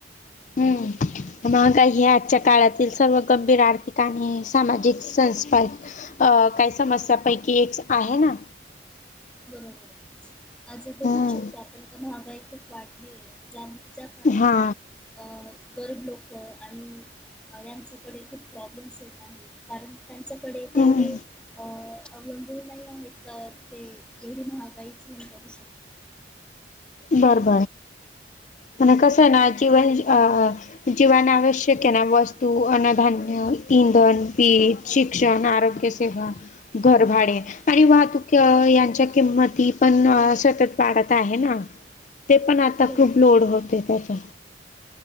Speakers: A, on the left (about 40°); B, in the centre.
A: हम्म महागाई ह आजच्या काळातील सर्व गंभीर आर्थिक आणि सामाजिक संस् अ काही समस्यापैकी एक आहे ना
B: बरोबर आज बघूच
A: हम्म
B: शकतो आपण महागाई खूप वाढली आहे जाण ज्या कारणाने
A: हा
B: गरीब लोक आणि यांच्याकडे खूप प्रॉब्लेम्स येत आहेत कारण त्यांच्याकडे तेवढी
A: हम्म
B: अवलंबळ नाही आहेत का ते एवढी महागाईचण करू शकत
A: बरं बर म्ह कस आहे ना जिव अ जीवना आवश्यक ना वस्तू अनधान्य इंधन पीठ शिक्षण आरोग्य सेवा घरभाडे आणि वाहतूक यांच्या किंमती पण सतत वाढत आहे ना ते पण आता
B: बरोबर
A: खूप लोड होते त्याचा